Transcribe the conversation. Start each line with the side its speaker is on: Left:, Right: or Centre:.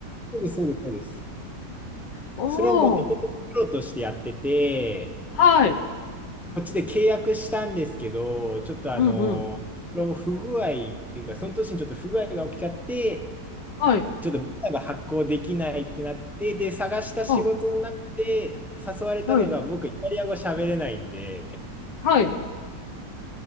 Centre: うです、そうです、そうです。
Left: おー。
Centre: それをもともとプロとしてやってて、
Left: はい。
Centre: こっちで契約したんですけど、ちょっとあの、
Left: うんうん。
Centre: 不具合っていうか、その年にちょっと不具合が起きちゃって、
Left: はい。
Centre: ちょっとビザが発行できないってなって、で、探した仕事の中で誘われたのが、
Left: はあ、はい、
Centre: 僕、イタリア語喋れないんで、
Left: はい。